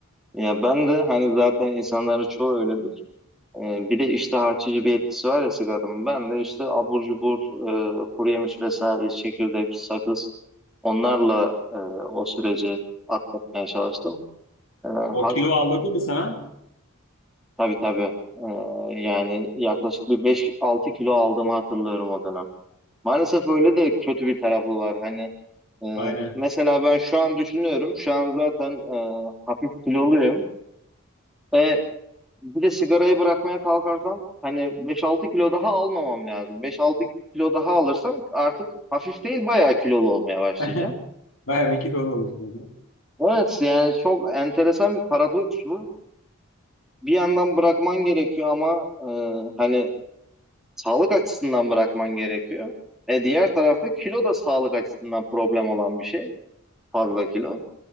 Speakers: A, in the centre; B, on the left.
A: Ya ben de hani zaten insanların çoğu öyledir. E, bir de işte açıcı bir etkisi var ya sigaranın. Ben de işte abur cubur, e, kuru yemiş vesaire, çekirdek, sakız onlarla e, o süreci atlatmaya çalıştım. E, ha-
B: O kilo aldırdı mı sana?
A: Tabii tabii. Ee, yani yaklaşık bir beş altı kilo aldığımı hatırlıyorum o dönem. Maalesef öyle de kötü bir tarafı var. Hani e,
B: Aynen.
A: mesela ben şu an düşünüyorum. Şu an zaten e, hafif kiloluyum. Ve bir de sigarayı bırakmaya kalkarsam hani beş altı kilo daha almamam lazım. Beş altı kilo daha alırsam artık hafif değil bayağı kilolu olmaya başlayacağım.
B: <laughs> Bayağı bir kilolu olursun.
A: Evet yani çok enteresan bir paradoks bu. Bir yandan bırakman gerekiyor ama e, hani sağlık açısından bırakman gerekiyor. E diğer tarafta kilo da sağlık açısından problem olan bir şey. Fazla kilo.